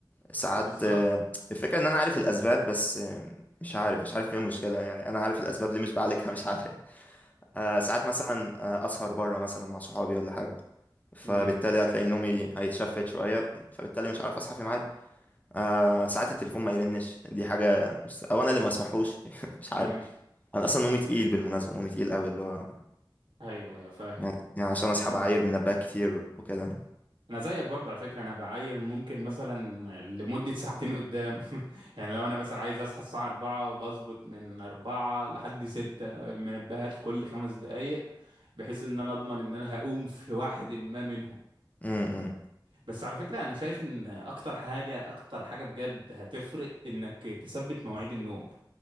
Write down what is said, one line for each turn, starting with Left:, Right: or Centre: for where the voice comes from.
Left: ساعات
Right: بالظبط
Left: آه الفكرة إن أنا عارف الأسباب بس آه مش عارف مش عارف فين المشكلة يعني أنا عارف الأسباب ليه مش بعالجها مش عارف <laughs> آه ساعات مثلا آه أسهر بره مثلا مع صحابي ولا حاجة فبالتالي
Right: امم
Left: هتلاقي نومي هيتشفت شوية فبالتالي مش عارف أصحى في ميعادي آه ساعات التليفون ما يرنش دي حاجة مست... أو أنا اللي ما أسمحوش <laughs> مش عارف
Right: امم
Left: أنا أصلا نومي تقيل بالمناسبة نومي تقيل قوي اللي هو
Right: ايوه ايوه فاهم
Left: يعني, يعني عشان أصحى
Right: انا
Left: بعاير منبهات كتير وكده
Right: انا زيك برضو على فكره انا بعاير ممكن مثلا لمده ساعتين قدام <laughs> يعني لو انا مثلا عايز اصحى الساعه 4 بظبط من 4 لحد 6 منبهات كل خمس دقائق بحيث ان انا اضمن ان انا هقوم في واحد ما منهم
Left: امم
Right: بس على فكره انا شايف ان اكتر حاجه اكتر حاجه بجد هتفرق انك تثبت مواعيد النوم